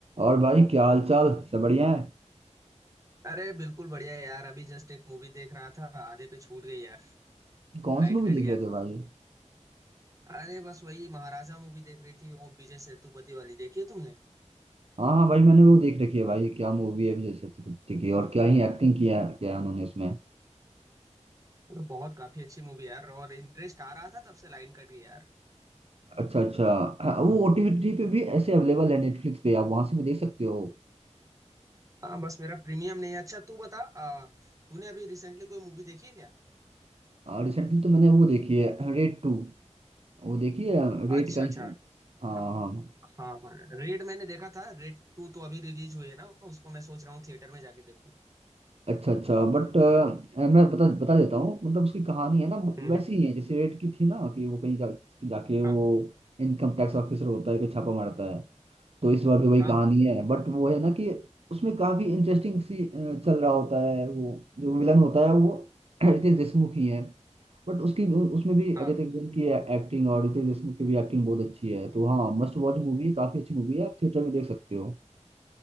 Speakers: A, on the right; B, on the right.
A: और भाई क्या हाल चाल सब बढ़िया है
B: अरे बिल्कुल बढ़िया है यार अभी जस्ट एक मूवी देख रहा था आधे पे छूट गई यार
A: कौन
B: लाइट
A: सी मूवी
B: कट
A: देख
B: गया
A: रहे थे भाई
B: अरे बस वही महाराजा मूवी देख रही थी वो विजय सेतुपति वाली देखी है तुमने
A: हाँ हाँ भाई मैंने वो देख रखी है भाई क्या मूवी है विजय सेतुपति की और क्या ही एक्टिंग किया है क्या है उन्होंने उसमें
B: अरे बहुत काफी अच्छी मूवी यार और इंटरेस्ट आ रहा था तब से लाइन कट गई यार
A: अच्छा अच्छा हाँ, वो ओटीटी पे भी ऐसे अवेलेबल है नेटफ्लिक्स पे आप वहां से भी देख सकते हो
B: हाँ बस मेरा प्रीमियम नहीं है अच्छा तू बता आ, तूने अभी रिसेंटली कोई मूवी देखी है क्या
A: रिसेंटली तो मैंने वो देखी है रेड टू वो देखी है रेड
B: अच्छा
A: का ही
B: अच्छा
A: हाँ
B: हाँ
A: हाँ
B: हाँ हाँ रेड मैंने देखा था रेड टू तो अभी रिलीज हुई है ना उसको मैं सोच रहा हूँ थिएटर में जाके देखूं
A: अच्छा अच्छा बट मैं बता बता देता हूँ मतलब उसकी कहानी है ना वो
B: हम्म
A: वैसी
B: हम्म,
A: ही है जैसे रेड की थी ना कि वो कहीं जा, जाके वो
B: हाँ
A: इनकम टैक्स ऑफिसर होता है कि छापा मारता है तो इस बार भी वही
B: हाँ
A: कहानी
B: हाँ
A: है बट वो है ना कि उसमें काफी इंटरेस्टिंग सी अ, चल रहा होता है वो जो विलन होता है वो <clears throat> रितेश देशमुख ही है बट उसकी उसमें भी अजय
B: हाँ
A: देवगन की एक्टिंग और रितेश देशमुख की भी एक्टिंग बहुत अच्छी है तो हाँ मस्ट वॉच मूवी है काफी अच्छी मूवी है आप थिएटर में देख सकते हो